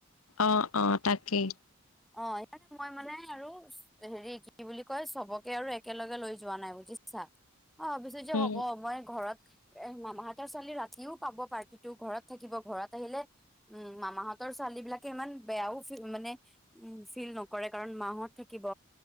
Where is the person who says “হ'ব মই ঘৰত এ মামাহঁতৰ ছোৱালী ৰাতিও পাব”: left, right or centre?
Centre